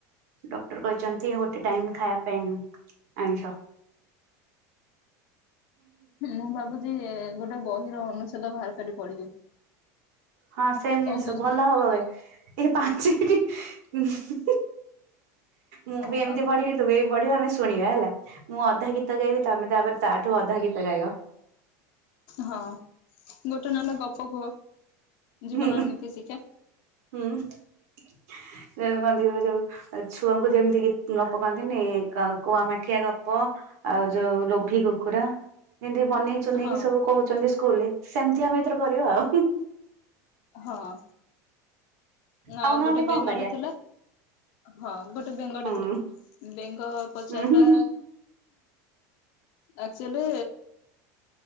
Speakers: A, on the right; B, on the left.
A: ଡକ୍ଟର କହିଛନ୍ତି ଗୋଟେ ଟାଇମ ଖାଇବା ପାଇଁ ଆଇଁଷ।
B: ମୁଁ ଭାବୁଛି ଗୋଟେ ବହିର ଅନୁଚ୍ଛେଦ ବାହାର କରି ପଢିବି।
A: ହଁ ସେମ
B: କଣ
A: ଜିନିଷ
B: କହୁଛ?
A: ଭଲ ହବବେ। ଏ ପାଞ୍ଚ ମିନିଟ ମୁଁ
B: ଓହୋ
A: ବି ଏମିତି ପଢିବି। <unintelligible> ପଢିବ ଆମେ ଶୁଣିବା ହେଲା ମୁଁ ଅଧା ଗୀତ ଗାଇବି ତମେ ତାପରେ ତାଠୁ ଅଧା ଗୀତ ଗାଇବ।
B: ହଁ ଗୋଟେ ନହେଲେ ଗପ କୁହ, ଜୀବନର
A: ହୁଁ
B: ନୀତି ଶିକ୍ଷା।
A: ହୁଁ କନ୍ତି ଯୋଉ। <unintelligible> ଛୁଆଙ୍କୁ ଯେମିତି ଗପ କହିପକାନ୍ତିନି କୁଆ ମାଠିଆ ଗପ। ଆଉ ଯୋଉ ଲୋଭି କୁକୁଡ଼ା। ଯେମିତି ବନେଇ ଚୁନେଇକି
B: ହଁ
A: ସବୁ କହୁଛନ୍ତି ସ୍କୁଲରେ ସେମିତି ଆମେ ଏଥର କରିବା ଆଉ।
B: ହଁ। ଆ
A: ଆଉ ନହେଲେ
B: ଗୋଟେ ବେଙ୍ଗଟେ
A: କଣ କରିବା।
B: ଥିଲା ହଁ ଗୋଟେ ବେଙ୍ଗଟେ
A: ହୁଁ
B: ଥିଲା ବେଙ୍ଗ ପଚାରିଲା
A: ହୁଁ ହୁଁ
B: ଆକ୍ଚୁଆଲି